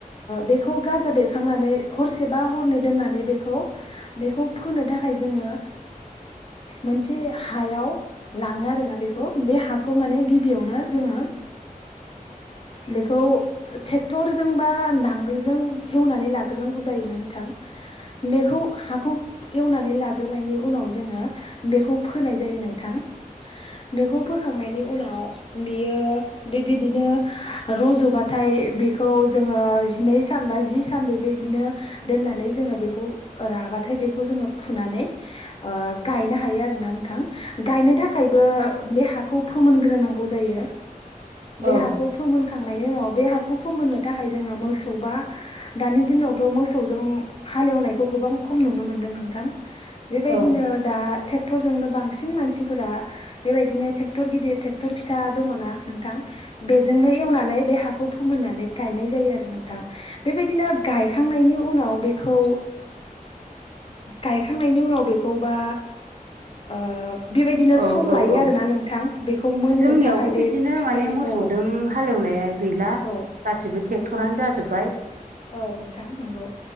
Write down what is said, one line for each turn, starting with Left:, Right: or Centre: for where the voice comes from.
Left: बेखौ गाजा बेरखांनानै हरसेबा हरनै दोननानै बेखौ फोनो थाखाय जोङो मोनसे हायाव लाङो आरोना बेखौ बे हाखौ माने गिबियावनो जोङो बेखौ ट्रेक्टरजों बा नांगोलजों एवनानै लाग्रोन। नांगौ जायो नों नोंथां बेखौ हाखौ एवनानै लाग्रोनायनि उनाव जोङो बेखौ फोनाय जायो नोंथां। बेखौ फोखांनायनि उनाव बियो बेबायदिनो रज'ब बाथाय बेखौ जोङो जिनै सान बा जि सान बेबायबायदिनो दोननानै जोङो बेखौ राबाथाय बेखौ जोङो फुनानै गायनो हायो आरोना नोंथां गायनो थाखायबो बे हाखौ फोमोनग्रोनांगौ जायो। बे
Right: औ
Left: हाखौ फोमोनखांनायनि उनाव बे हाखौ फोमोननो थाखाय जोङो मोसौ बा दानि दिनावथ' मोसौजों हालेवनायखौ गोबां खम नुनो मोनदों नोंथां। बेबायदिनो
Right: औ
Left: दा ट्रेक्टरजोंनो बांसिन मानसिफोरा बेबायदिनो ट्रेक्टर गिदिर ट्रेक्टर फिसा दङ ना। नोंथां बेजोंनो एवनानै बे हाखौ फोमोननानै गायनाय जायो आरो नोंथां बेबायदिनो गायखांनायनि उनाव बे बे खौ गायखांनायनि उनाव बेखौ बा ओ बेबायदिनो
Right: औ
Left: सम
Right: औ
Left: लायो
Right: औ
Left: आरोोना नोंथां बेखौ मोननो
Right: जोंनियावबो
Left: थाखाय
Right: बिदिनो
Left: बे फिथाइ
Right: माने मोसौदों
Left: औ
Right: हालेवनाया गैला
Left: औ
Right: गासिबो ट्रेक्टरानो जाजोबबाय।
Left: औ नोंथां नंगौ।